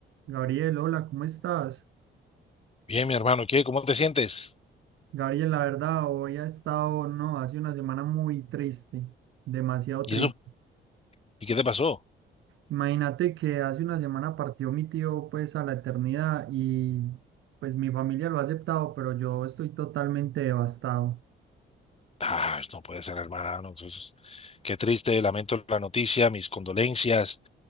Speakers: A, on the right (about 75°); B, on the left (about 30°).
A: Gabriel, hola, ¿cómo estás?
B: Bien, mi hermano, ¿qué? ¿Cómo te sientes?
A: Gabriel, la verdad, hoy ha estado, no, hace una semana muy triste, demasiado
B: ¿Y
A: triste.
B: eso? ¿Y qué te pasó?
A: Imagínate que hace una semana partió mi tío, pues, a la eternidad y, pues, mi familia lo ha aceptado, pero yo estoy totalmente devastado.
B: Ah, pues, no puede ser, hermano. Entonces, qué triste, lamento la noticia, mis condolencias.